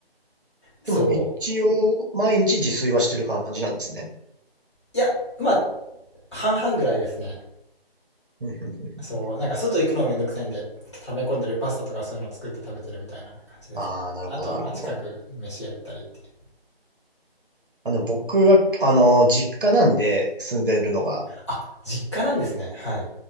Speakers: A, on the left; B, on the right.
A: そう。
B: でも一応、毎日自炊はしてる感じなんですね。
A: いや、まあ、半々ぐらいですね。
B: うんうんうん
A: そう、なんか外行くのもめんどくさいんで、溜め込んでるパスタとかそういうの作って食べてるみたいな感じですね。
B: ああ、なるほど、
A: あとはまあ近くの飯屋行ったりっていう。
B: なるほど。あの、僕が、あの、実家なんで住んでるのが、
A: あ、実家なんですね。はい。